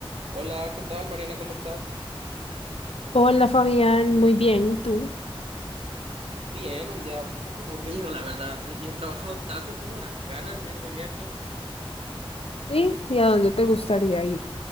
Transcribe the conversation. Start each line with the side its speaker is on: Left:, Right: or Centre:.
Right: Hola, ¿qué tal, Mariana? ¿Cómo estás?
Left: Hola Fabián, muy bien, ¿y tú?
Right: Bien, un día un poco aburrido, la verdad. Y he trabajado tanto, tengo unas ganas de ir de viaje.
Left: ¿Sí? ¿Y a dónde te gustaría ir?